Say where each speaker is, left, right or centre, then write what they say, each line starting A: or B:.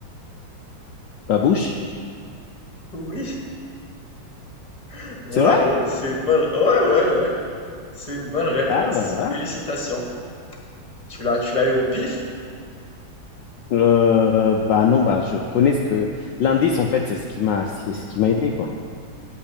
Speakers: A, on the left (about 70°); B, on the left (about 20°).
A: Babouche,
B: Oui, <laughs> bravo,
A: C'est vrai?
B: c'est une bonne... Ouais, ouais, ouais. C'est une bonne réponse.
A: Ah, bah voilà.
B: Félicitations. Tu l'as, tu l'as eu au pif
A: Euh, bah non, bah je connais ce que... L'indice, en fait, c'est ce qui m'a c'est ce qui m'a aidé, quoi.